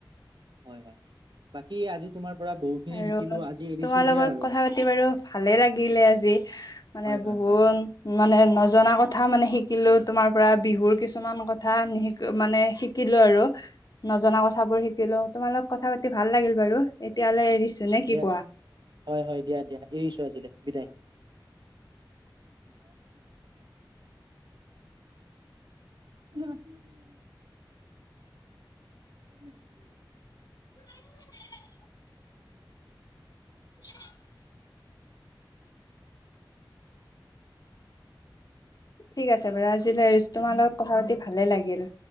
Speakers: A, on the right (about 70°); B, on the left (about 50°).
A: হয়- হয় বাকী আজি তোমাৰ পৰা বহুখিনি
B: আৰু
A: শিকিলো আজি এৰিছো
B: তোমাৰ লগত
A: দিয়া আৰু
B: কথা পাতি বাৰু ভালে লাগিলে আজি। মানে
A: হয় হয়
B: বহুত
A: হয়
B: মানে নজনা কথাও মানে শিকিলো তোমাৰ পৰা বিহুৰ কিছুমান কথা মানে শিকিলো আৰু নজনা কথাবোৰ শিকিলো তোমালোক কথা পাতি ভাল লাগিল বাৰু এতিয়ালে এৰিছো। নে কি
A: দিয়া
B: কোৱা
A: হয় - হয় দিয়া দিয়া এৰিছো আজিলে বিদায়। <inaudible> গছে <unintelligible> <inaudible>
B: <unintelligible> <unintelligible> ঠিক আছে বাৰু আজিলে এৰিছো তোমাৰ লগত কথাপাতি ভালে লাগিল।